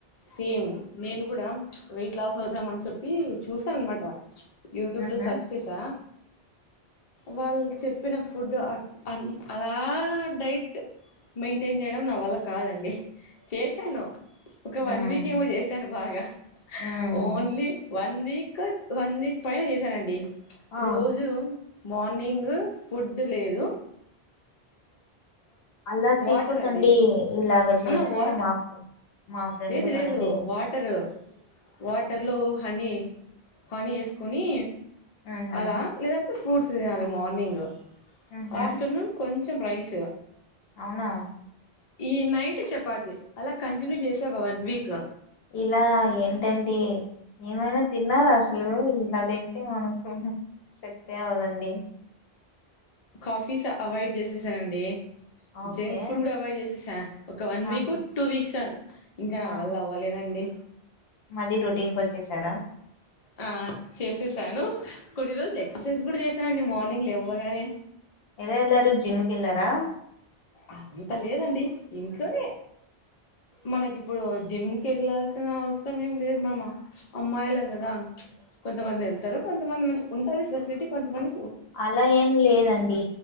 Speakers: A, on the left (about 45°); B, on the left (about 75°).
A: సేమ్ నేను కూడా వెయిట్ లాస్ అవుదామని చెప్పి చూసాను అన్నమాట యూట్యూబ్
B: ఉహు
A: లో సర్చ్ చేసా
B: <inaudible>
A: వాళ్ళు చెప్పిన ఫుడ్ అలా డైట్ మెయింటైన్ చేయడం నా వల్ల కాదండి చేశాను ఒక వన్
B: ఉమ్
A: వీక్ ఏమో చేశాను బాగా
B: um
A: only one week one week పైన చేశానండి.
B: ఆ
A: రోజు మార్నింగ్ ఫుడ్డు లేదు
B: అలా చేయకూడదండి
A: వాటర్ అండి
B: ఇలాగ చేసే
A: ఆహా వాట్
B: మా మా ఫ్రెండ్
A: లేదు
B: కనేది
A: లేదు వాటరు వాటర్లో హనీ హనీ వేసుకొని
B: ఉహు
A: అలా లేదంటే ఫ్రూట్స్ తినాలి మార్నింగ్.
B: ఉహు
A: ఆఫ్టర్నూన్ కొంచెం రైసు
B: అవునా
A: ఈ నైట్ చపాతి అలా కంటిన్యూ చేసా ఒక వన్ వీక్
B: ఇలా ఏంటండి ఏమైనా తిన్నారా అసలు ఇలా తింటే మనకు సెట్ఎ అవ్వదండి <inaudible>
A: కాఫీస్ అవాయిడ్ చేసేసానండి
B: ఓకే
A: జంక్ ఫుడ్ కూడా అవాయిడ్ చేసేసా ఒక వన్
B: ఆహా
A: వీక్ టూ వీక్స్ఆ ఇంకా నావల్ల
B: ఆ
A: అవ్వలేదండి
B: మళ్ళీ రొటీన్ కి వచ్చేశారా
A: ఆ చేసేసాను కొన్ని రోజులు ఎక్సర్సైజ్ కూడా చేసానండి మార్నింగ్ లేవ్వగానే
B: ఎలా ఎల్లారు జిమ్ కి వెళ్లారా
A: అంతా లేదండి ఇంట్లోనే మనకి ఇప్పుడు జిమ్కి వెళ్లాల్సిన అవసరం ఏం లేదు మామ అమ్మాయిల కొంతమంది వెళ్తారు కొంతమంది మ ఉంటది ఫెసిలిటీ కొంతమంది
B: అలా ఏం లేదండి